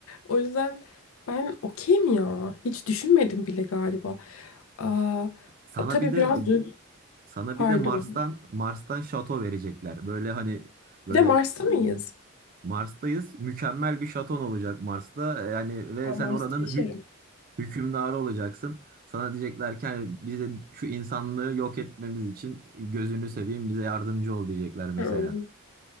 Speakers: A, on the left; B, on the right.
A: O yüzden ben okeyim ya. Hiç düşünmedim bile galiba. Aa,
B: Sana
A: tabii
B: bir de
A: biraz
B: e,
A: duygu,
B: sana
A: pardon.
B: bir de Mars'tan Mars'tan şato verecekler. Böyle hani Böyle
A: Bir de Mars'ta mıyız?
B: Mars'tayız. Mükemmel bir şaton olacak Mars'ta. E, Yani ve
A: Aa, Mars'ta
B: sen oranın
A: yaşarım.
B: hü- hükümdarı olacaksın. Sana diyecekler ki hani biz de şu insanlığı yok etmemiz için gözünü seveyim bize yardımcı ol diyecekler mesela.
A: Hı.